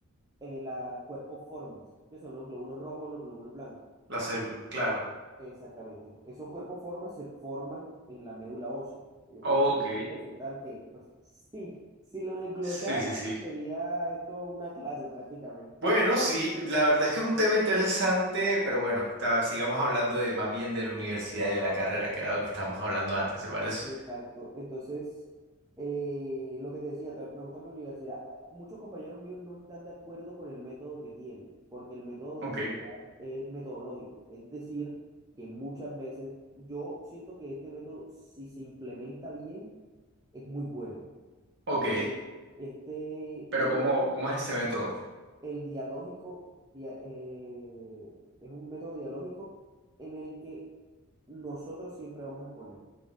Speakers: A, on the right; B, on the right.
A: eh, los cuerpos formes, que son los glóbulos rojos, los glóbulos blancos.
B: la célula, claro.
A: Exactamente. Esos cuerpos formas se forman en la médula ósea. Ellos
B: Ok,
A: tienen su proceso y tal, que pues <laughs> sí, si lo desglosara,
B: sí, sí, sí.
A: sería esto una clase prácticamente.
B: Bueno, sí, la verdad es que es un tema interesante, pero bueno, ta- sigamos hablando de más bien de la universidad y de la carrera, que era lo que estábamos hablando antes, ¿te parece?
A: Exacto. Entonces, eh, lo que te decía, ta- me gusta mi universidad. Muchos compañeros míos no están de acuerdo con el método que tienen, porque el método de
B: Ok.
A: enseñar es metodológico. Es decir, que muchas veces yo siento que este método, si se implementa bien, es muy bueno.
B: Ok,
A: porque este
B: pero
A: quiere
B: ¿cómo,
A: decir
B: cómo
A: que
B: es este método?
A: el dialógico, dia- eh, es un método dialógico en el que nosotros siempre vamos a exponer